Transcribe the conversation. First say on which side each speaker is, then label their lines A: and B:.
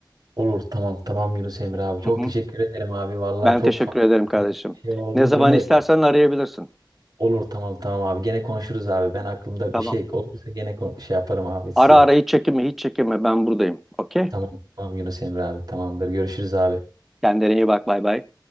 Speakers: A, on the right; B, in the centre.
A: Olur tamam tamam Yunus Emre abi. Çok
B: Hı hı.
A: teşekkür ederim abi. Vallahi
B: Ben
A: çok
B: teşekkür
A: farklı
B: ederim kardeşim.
A: bir şey oldu.
B: Ne zaman
A: Gene
B: istersen arayabilirsin.
A: olur tamam tamam abi. Gene konuşuruz abi. Ben aklımda
B: Tamam.
A: bir şey olursa gene kon- şey yaparım abi size.
B: Ara ara hiç çekinme hiç çekinme ben buradayım. Okey?
A: Tamam, tamam Yunus Emre abi. Tamamdır. Görüşürüz abi.
B: Kendine iyi bak bay bay.